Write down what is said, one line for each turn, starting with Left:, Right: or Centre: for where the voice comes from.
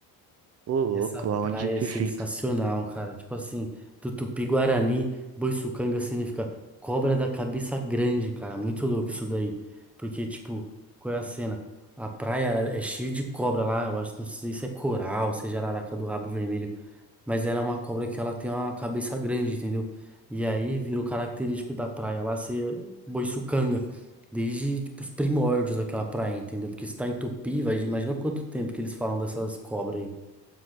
Right: Ô, louco,
Centre: Essa
Right: aonde
Centre: praia
Right: que
Centre: é sensacional,
Right: fica?
Centre: cara. Tipo assim, do Tupi-Guarani, Boiçucanga significa cobra da cabeça grande, cara. Muito louco isso daí. Porque, tipo, qual é a cena? A praia ela é cheia de cobra lá. Eu acho, não sei se é coral, se é jararaca do rabo vermelho. Mas ela é uma cobra que ela tem uma cabeça grande, entendeu? E aí vira o característico da praia lá ser Boiçucanga. Desde, tipo, os primórdios daquela praia, entendeu? Porque se tá em Tupi, vai, imagina quanto tempo que eles falam dessas cobras aí.